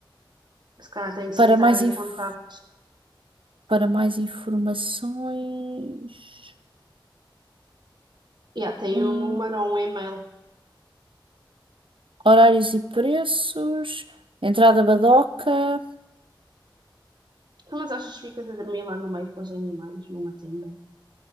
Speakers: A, on the right (about 60°); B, on the right (about 90°).
A: se calhar tenho que
B: Para
A: se entrar
B: mais,
A: em
B: inf-
A: contato.
B: para mais informações,
A: Yeah, tem
B: hum,
A: um número ou um e-mail.
B: horários e preços, entrada badoca.
A: Então, mas achas que ficas a dormir lá no meio com os animais, numa tenda?